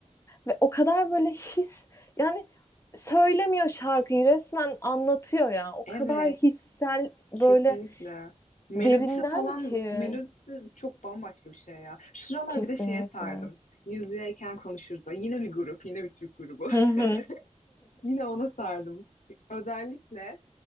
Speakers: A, on the left; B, on the left.
A: Ve o kadar böyle his yani söylemiyor şarkıyı resmen anlatıyor ya. O
B: Evet
A: kadar hissel böyle
B: Kesinlikle. Melodisi
A: derinden
B: falan,
A: ki
B: melodisi çok bambaşka bir şey ya. Şu Sıralar
A: kesinlikle.
B: bir de şeye sardım. Yüzlüyken konuşuruz. Yine bir grup, yine bir Türk grubu.
A: Hı hı.
B: <laughs> Yine ona sardım. Özellikle